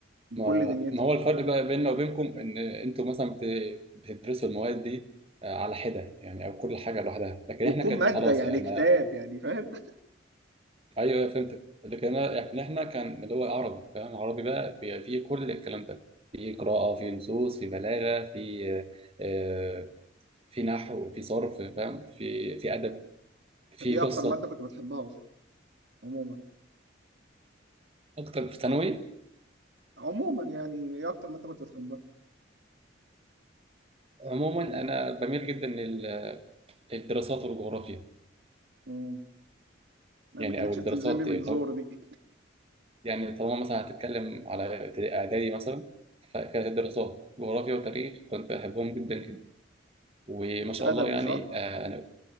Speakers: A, on the right; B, on the right.
A: بكل
B: ما
A: دنيتها
B: ما هو الفرق بقى بيننا وبينكم ان انتوا مثلا بت- بتدرسوا المواد دي آه، على حده يعني او كل حاجه لوحدها لكن
A: وتكون
B: احنا كانت
A: مادة
B: خلاص
A: يعني
B: انا
A: كتاب يعني فاهم
B: ايوه ايوه فهمتك لكن
A: <laughs>
B: انا احنا احنا كان اللي هو عربي فاهم عربي بقى بيبقى فيه كل الكلام ده في قراءة في نصوص في بلاغة في آه، في نحو في صرف فاهم في في أدب في
A: طب إيه
B: قصة
A: أكتر مادة كنت بتحبها أصلا عموما
B: أكتر في ثانوي
A: عموما يعني إيه أكتر مادة كنت بتحبها؟
B: عموما أنا بميل جدا لل- للدراسات والجغرافيا
A: مم. لا
B: يعني
A: ما كانتش
B: أو الدراسات
A: بتنزل لي من زور
B: طو-
A: دي <laughs>
B: يعني طالما مثلا هتتكلم على إعدادي مثلا فكانت الدراسات جغرافيا وتاريخ كنت أحبهم جدا جدا وما
A: كنت
B: شاء
A: أدبي
B: الله يعني
A: صح؟
B: آه، أنا